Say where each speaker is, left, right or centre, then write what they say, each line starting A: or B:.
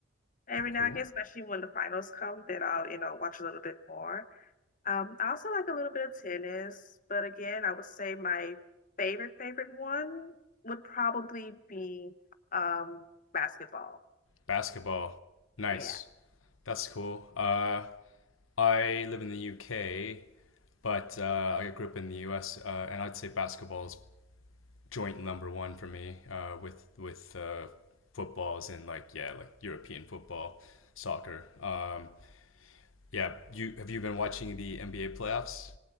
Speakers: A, on the left; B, on the left.
A: every now
B: Cool.
A: and again, especially when the finals come, then I'll, you know, watch a little bit more. Um, I also like a little bit of tennis, but again, I would say my favorite, favorite one would probably be um, basketball.
B: Basketball. Nice.
A: Yeah.
B: That's cool. Uh, I live in the UK, but uh, I grew up in the US, uh, and I'd say basketball is joint number one for me uh, with with uh, footballs in like yeah like European football, soccer. Um, yeah, you have you been watching the NBA playoffs?